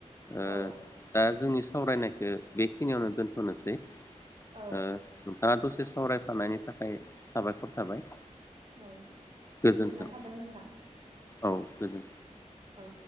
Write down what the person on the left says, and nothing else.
ओ
दा जोंनि सावरायनाय बेखिनियावनो दोनथनोसै। ओ
दा दसे सम सावरायफानायनि थाखाय साबायखर थाबाय।
गोजोन्थों
औ गोजोन्थों